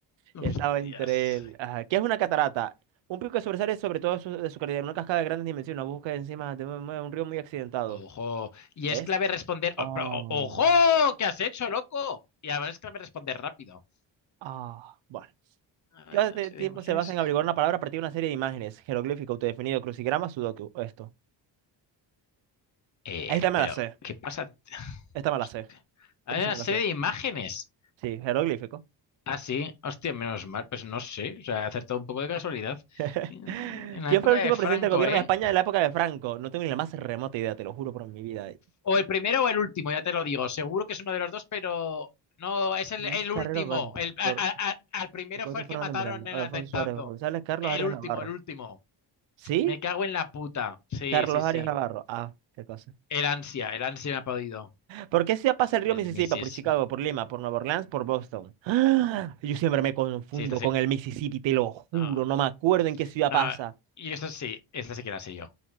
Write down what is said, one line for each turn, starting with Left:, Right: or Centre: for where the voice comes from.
Left: ¡Hostias!
Right: Y estaba entre él. Ajá, ¿Qué es una catarata? Un pico que sobresale sobre todo su- de su calidad, una cascada de grandes dimensiones, una búsqueda encima de un un río muy accidentado.
Left: ¡Ojo! Y
Right: ¿Es?
Left: es clave responder.
Right: Oh.
Left: o- pero, o- ¡Ojo! ¿Qué has hecho, loco? Y además es clave responder rápido.
Right: Ah, bueno.
Left: A
Right: ¿Qué
Left: ver,
Right: hace
Left: una serie
Right: tiempo
Left: de imágenes.
Right: se basa en averiguar una palabra a partir de una serie de imágenes? Jeroglífico, autodefinido, crucigrama, sudoku. Esto.
Left: Eh,
Right: Esta me
Left: pero,
Right: la sé.
Left: ¿qué pasa?
Right: Esta me la
Left: Hostia,
Right: sé.
Left: Hay
Right: Esta sí
Left: una
Right: me
Left: serie
Right: la sé.
Left: de imágenes.
Right: Sí, jeroglífico.
Left: Ah, sí. Hostia, menos mal. Pues no sé. O sea, he acertado un poco de casualidad.
Right: <laughs>
Left: En la
Right: ¿Quién
Left: época
Right: fue el último
Left: de Franco,
Right: presidente del gobierno
Left: ¿eh?
Right: de España de la época de Franco? No tengo ni la más remota idea, te lo juro por mi vida.
Left: O el primero o el último, ya te lo digo. Seguro que es uno de los dos, pero no, es el,
Right: Luis
Left: el
Right: Carrero
Left: último.
Right: Banda,
Left: El, a-
Right: ¿Por
Left: a- a- al primero
Right: Roberto
Left: fue el
Right: Fernando
Left: que mataron
Right: Miranda,
Left: en el
Right: Adolfo
Left: atentado.
Right: Suárez González, Carlos
Left: El
Right: Arias
Left: último,
Right: Navarro.
Left: el último.
Right: ¿Sí?
Left: Me cago en la puta. Sí,
Right: Carlos
Left: sí, sí.
Right: Arias Navarro. Ah, qué cosa.
Left: El ansia, el ansia me ha podido.
Right: ¿Por qué se pasa el río
Left: El
Right: Mississippi?
Left: Missis.
Right: ¿Por Chicago,
Left: Sí,
Right: por Lima, por Nueva Orleans, por Boston? ¡Ah! Yo siempre me confundo
Left: Sí, esta sí.
Right: con el Mississippi, te lo juro.
Left: No,
Right: No me acuerdo en qué ciudad
Left: no.
Right: pasa.
Left: Y esta sí, esta sí que la sé yo.